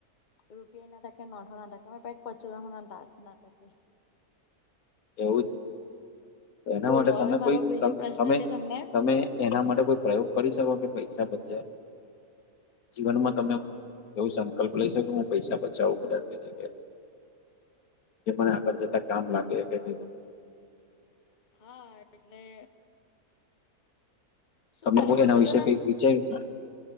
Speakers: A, on the left (about 35°); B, on the left (about 75°).
A: રૂપિયા ના ટકે નોટ હો ના ટકે મારી પાહે પરચુરણ હો ના ટકે.
B: એવું છે તો એના
A: બોલો
B: માટે
A: હવે
B: તમે
A: મારો
B: કોઈ
A: બીજો
B: તમ
A: પ્રશ્ન
B: તમે
A: છે તમને?
B: તમે એના માટે કોઈ પ્રયોગ કરી શકો કે પૈસા બચે? જીવનમાં
A: હા
B: તમે એવું સંકલ્પ લઈ શકો હું પૈસા બચાવું કદાચ તરીકે. જે મને આગળ જતા કામ લાગે કઈક.
A: હા એટલે શું
B: તમે
A: ફરી
B: કો
A: બોલજો
B: એના વિશે
A: ને
B: કઈક વિચાર્યું છે